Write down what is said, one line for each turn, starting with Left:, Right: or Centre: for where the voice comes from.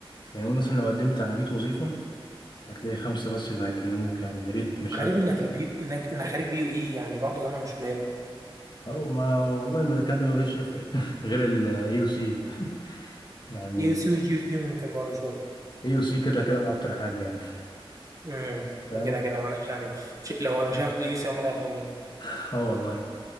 Left: يعني قول مثلا لو قدمت على مية وظيفة هتلاقي خمسة بس اللي هيكلموك يعني الريت مش
Right: غريب إنك البي... إنك إنك خارج بي يو إي يعني برضه جامعة مش قليلة
Left: اه ما والله ما الكلام ده ما بقتش يفرق <laughs> غير الاي يو سي <laughs> يعني
Right: يو سي وجي يو سي يمكن برضه شوية
Left: اي يو سي كده كده اكتر حاجه يعني
Right: امم
Left: فاهم
Right: كده كده معلش يعني شيء لو مش هياخدوا اي سي امال هياخدوا مين
Left: <laughs> اه والله